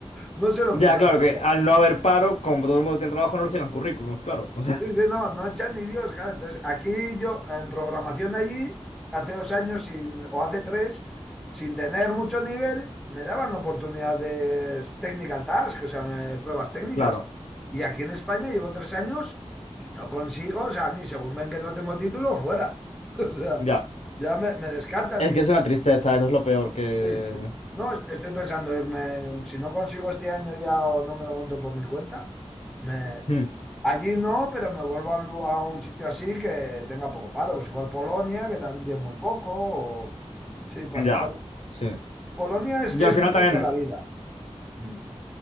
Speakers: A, in the centre; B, on the left (about 80°).
A: no se lo
B: Ya,
A: piensa
B: claro,
A: demasiado.
B: que al no haber paro, como todo el mundo tiene trabajo, no le sigan currículums, claro. O sea,
A: Sí, sí, no, no echan ni Dios, claro. Entonces, aquí yo, en programación allí, hace dos años sin- o hace tres, sin tener mucho nivel, me daban oportunidades technical task, o sea, me- pruebas técnicas.
B: <laughs> claro,
A: Y aquí en España llevo tres años y no consigo, o sea, a mí, según ven que no tengo título, fuera. <laughs> O sea,
B: ya.
A: ya me, me descartan
B: Es que es una tristeza, eso es lo peor que...
A: Sí, sí. No, es- estoy pensando irme, si no consigo este año ya o no me lo monto por mi cuenta, me...
B: Mm.
A: allí no, pero me vuelvo a un, lu- a un sitio así que tenga poco paro, pues igual Polonia, que también tiene muy poco, o... Sí, pa-
B: Ya,
A: Pol-
B: sí.
A: Polonia es,
B: Yo
A: es
B: al final
A: mejor
B: también,
A: para la vida. Ujú.